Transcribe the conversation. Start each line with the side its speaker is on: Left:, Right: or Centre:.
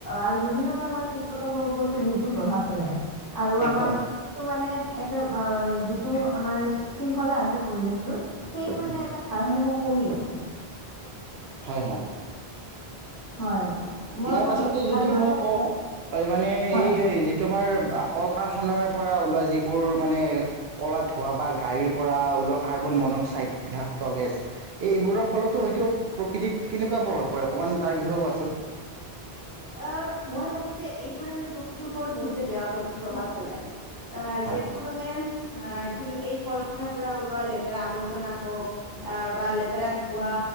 Left: আৰু বিভিন্ন ধৰণৰ কীট পতংগৰ ওপৰতো বহুতো প্ৰভাৱ পেলায়। আৰু
Right: একদম
Left: আমাৰটো মানে। একে অ যিটো আমাৰ শৃংখলা আছে পৰিৱেশটোৰ। সেই মানে
Right: উম,
Left: এটা। ধৃনাত্মা কমি আহ <unintelligible>
Right: হয় হয়।
Left: হয়। মই
Right: ইয়াৰ
Left: ভাবো
Right: পাছতে
Left: তাৰ
Right: যদি
Left: বাবে
Right: মই কওঁ, মানে
Left: হয়
Right: এই যিটো আমাৰ। কল কাৰখানাৰ পৰা ওলোৱা যিবোৰ মানে কলা ধোৱা বা গাড়ীৰ পৰা উলোৱা কাৰ্বন মনক্সাইড। বিষাক্ত গেছ এই এইবোৰৰ ফলতো হয়তো প্ৰকৃতিত কেনেকুৱা প্ৰভাৱ পৰে অকণমানাৰ বিয়ে কোৱাচোন
Left: অ মই ভাবো যে এইবোৰে মানে প্ৰকৃতিৰ ওপৰত বহুতে বেয়া প্ৰভাৱ পেলায় অ
Right: হয়
Left: যিহেতু মানে অ কি বুলি এই কল কাৰখানা পৰা ওলোৱালে লেতেৰা আৱৰ্জনা হওঁক আহ বা লেতেৰা ধোঁৱা